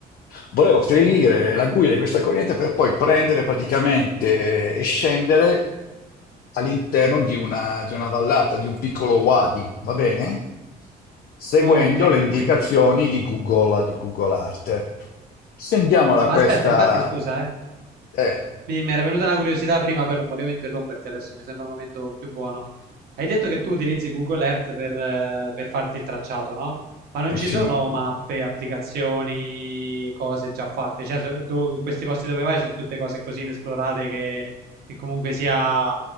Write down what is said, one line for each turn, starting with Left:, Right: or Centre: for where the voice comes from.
Left: volevo seguire
Right: Sì?
Left: la guglia di questa collinetta per poi prendere praticamente e scendere all'interno di una, di una vallata, di un piccolo wadi, va bene? Seguendo
Right: Oh, un canyon
Left: le indicazioni
Right: quindi.
Left: di Google, di Google Earth. Scendiamo da
Right: Ma
Left: questa...
Right: aspetta, infatti scusa, eh.
Left: Eh,
Right: Mi, mi era venuta una curiosità prima, poi non volevo interromperti adesso, mi sembra il momento più buono. Hai detto che tu utilizzi Google Earth per, eh, per farti il tracciato, no? Ma non
Left: eh
Right: ci
Left: sì.
Right: sono mappe, applicazioni, cose già fatte? Cioè, so- do- questi posti dove vai sono tutte cose così inesplorate che, che comunque sia...